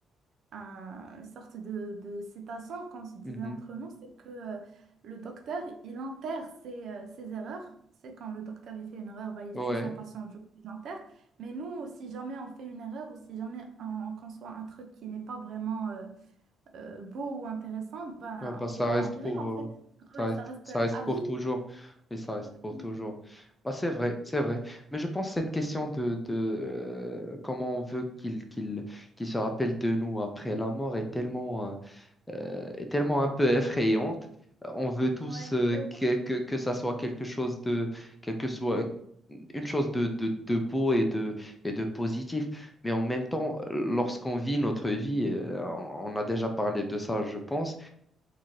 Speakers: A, on the right; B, on the left.
A: une sorte de, de citation qu'on se disait
B: Mhm.
A: entre nous, c'est que euh, le docteur, il enterre ses, euh, ses erreurs. C'est quand le docteur il fait une erreur, bah, il
B: Ouais.
A: tue son patient, du coup, il l'enterre. Mais nous, si jamais on fait une erreur ou si jamais on, on conçoit un truc qui n'est pas vraiment euh, euh, beau ou intéressant, ben,
B: Ah bah,
A: on
B: ça
A: peut pas
B: reste
A: l'enterrer
B: pour,
A: en fait.
B: euh,
A: Ouais,
B: ça reste,
A: ça reste
B: ça
A: euh,
B: reste
A: à
B: pour
A: vie.
B: toujours. Oui, ça reste
A: Exactement.
B: pour toujours. Bah, c'est vrai, c'est vrai. Mais je pense que cette question de, de euh, comment on veut qu'il qu'il qu'il se rappelle de nous après la mort est tellement, euh, euh, est tellement un peu effrayante. Euh, On veut tous
A: Ouais,
B: euh,
A: trop.
B: que, que, que ça soit quelque chose de, quelque soit une chose de, de, de beau et de, et de positif. Mais en même temps, lorsqu'on vit notre vie, euh, on on a déjà parlé de ça, je pense